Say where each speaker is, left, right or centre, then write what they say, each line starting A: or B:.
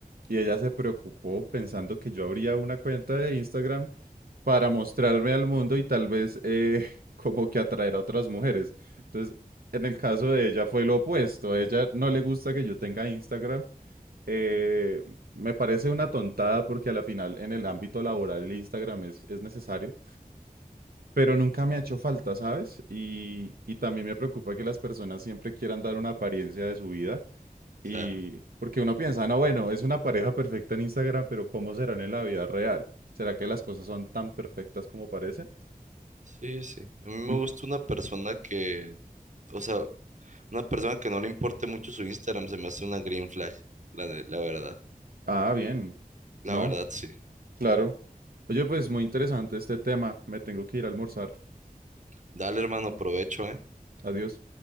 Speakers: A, on the right; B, on the right.
A: y ella se preocupó pensando que yo abría una cuenta de Instagram para mostrarme al mundo y tal vez eh, <laughs> como que atraer a otras mujeres. Entonces, en el caso de ella fue lo opuesto. A ella no le gusta que yo tenga Instagram. Eh, me parece una tontada porque a la final en el ámbito laboral el Instagram es, es necesario, pero nunca me ha hecho falta, ¿sabes? Y, y también me preocupa que las personas siempre quieran dar una apariencia de su vida y
B: claro.
A: porque uno piensa, no, bueno, es una pareja perfecta en Instagram, pero ¿cómo serán en la vida real? ¿Será que las cosas son tan perfectas como parecen?
B: Sí, sí. A mí me
A: <laughs>
B: gusta una persona que, o sea, una persona que no le importe mucho su Instagram, se me hace una green flag, la, de- la verdad.
A: Ah, bien.
B: La
A: No,
B: verdad, sí.
A: claro. Oye, pues muy interesante este tema. Me tengo que ir a almorzar.
B: Dale, hermano, provecho, ¿eh?
A: Adiós.